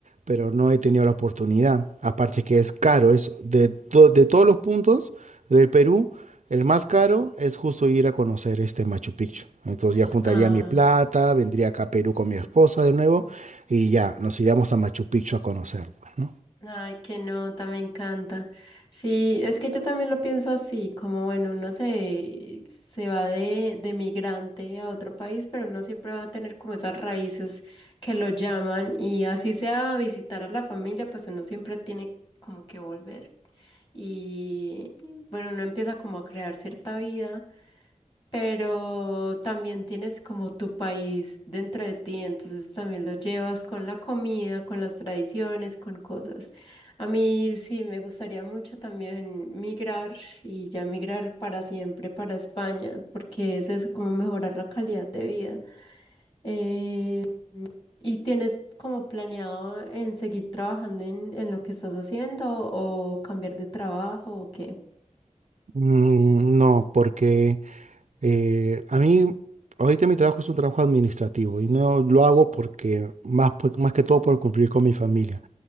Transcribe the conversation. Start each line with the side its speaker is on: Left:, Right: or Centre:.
Right: pero no he tenido la oportunidad. Aparte que es caro, es de, to- de todos los puntos del Perú el más caro es justo ir a conocer este Machu Picchu. Entonces ya juntaría
Left: Ah,
Right: mi plata, vendría acá a Perú con mi esposa de nuevo y ya nos iríamos a Machu Picchu a conocer, pues, ¿no?
Left: ay, qué nota, me encanta. Sí, es que yo también lo pienso así, como bueno, uno se, se va de, de migrante a otro país, pero uno siempre va a tener como esas raíces que lo llaman y así sea a visitar a la familia, pues uno siempre tiene como que volver. Y bueno, uno empieza como a crear cierta vida. Pero también tienes como tu país dentro de ti, entonces también lo llevas con la comida, con las tradiciones, con cosas. A mí sí me gustaría mucho también migrar y ya migrar para siempre para España, porque es eso, como mejorar la calidad de vida. Eh, ¿y tienes como planeado en seguir trabajando en, en lo que estás haciendo o cambiar de trabajo o qué?
Right: Mm, no, porque eh, a mí ahorita mi trabajo es un trabajo administrativo y no lo hago porque más, por- más que todo por cumplir con mi familia.